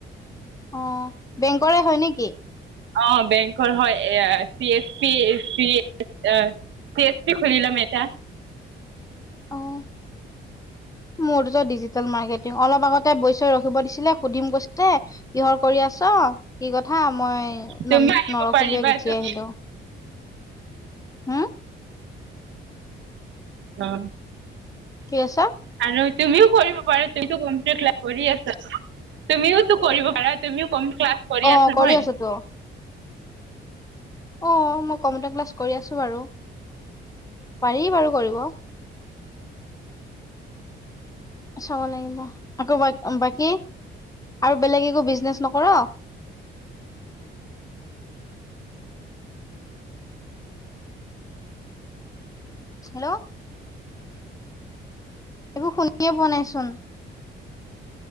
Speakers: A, on the left; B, on the right.
A: অঁ বেংকৰে হয় নেকি? <inaudible>
B: অঁ বেংকৰ হয় এ চি এচ পি আহ চি এচ পি খুুলি লম এটা।
A: অঁ <inaudible> মোৰতো ডিজিটেল মাৰ্কেটিং অলপ আগতে বৈছ‌ই ৰখিব দিছিলে, সুধিম কৈছিলে কিহৰ কৰি আছা, কি কথা, মই
B: তুমি
A: ন
B: আহিব
A: নৰখিলোৱেই
B: পাৰিবা
A: গুচি
B: তুমি
A: আহিলো হুম <inaudible>
B: অঁ
A: কি আছা <inaudible>
B: আৰু তুমিও কৰিব পাৰা, তুমিটো কম্পিউটাৰ ক্লাছ কৰি আছা। <inaudible> তুমিও তো কৰিব পাৰা তুমিও কম ক্লাছ <inaudible>
A: অঁ কৰি
B: হয়
A: আছো তো। <inaudible> অঁ মই কম্পিউটাৰ ক্লাছ কৰি আছো বাৰু, পাৰি বাৰু কৰিব চাব লাগিব, আকৌ বাকী আৰু বেলেগ একো বিজনেচ নকৰা <inaudible> হেল্ল'! একো শুনিয়ে পোৱা নাই চোন।